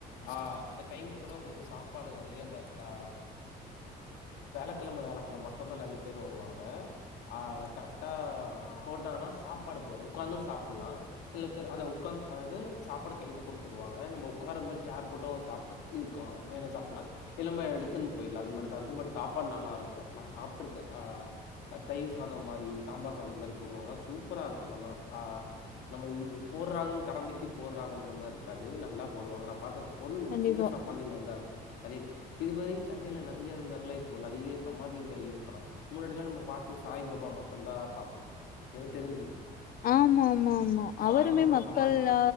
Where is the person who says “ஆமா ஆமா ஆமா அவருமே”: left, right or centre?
Left